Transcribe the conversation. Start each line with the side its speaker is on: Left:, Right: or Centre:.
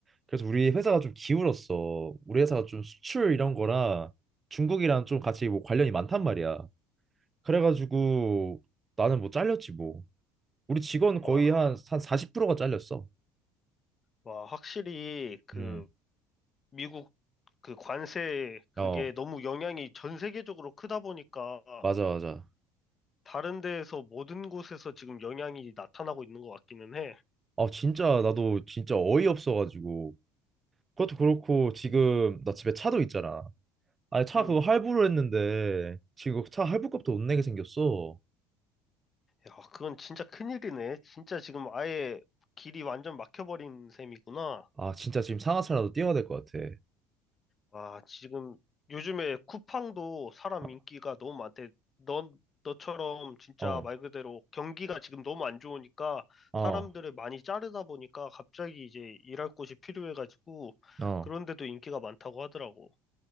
Right: 그래서 우리 회사가 좀 기울었어. 우리 회사가 좀 수출 이런 거랑 중국이랑 좀 같이 뭐 관련이 많단 말이야. 그래가지고 나는 뭐 잘렸지 뭐. 우리 직원
Left: 와.
Right: 거의 한, 한 40%가 잘렸어.
Left: 와, 확실히 그
Right: 음.
Left: 미국 그 관세 그게
Right: 어,
Left: 너무 영향이 전 세계적으로 크다 보니까
Right: 맞아, 맞아.
Left: 다른 데에서 모든 곳에서 지금 영향이 나타나고 있는 것 같기는 해.
Right: 아, 진짜 나도 진짜 어이없어가지고. 그것도 그렇고 지금 나 집에 차도 있잖아. 아니 차
Left: 음.
Right: 그거 할부로 했는데 지금 그차 할부값도 못 내게 생겼어.
Left: 야, 그건 진짜 큰일이네. 진짜 지금 아예 길이 완전 막혀버린 셈이구나.
Right: 아 진짜 지금 상하차라도 뛰어야 될 것 같아.
Left: 아, 지금 요즘에 쿠팡도 사람
Right: 어,
Left: 인기가 너무 많대. 넌, 너처럼 진짜
Right: 어,
Left: 말 그대로 경기가 지금 너무 안 좋으니까
Right: 어,
Left: 사람들을 많이 자르다 보니까 갑자기 이제 일할 곳이 필요해가지고
Right: 어.
Left: 그런데도 인기가 많다고 하더라고.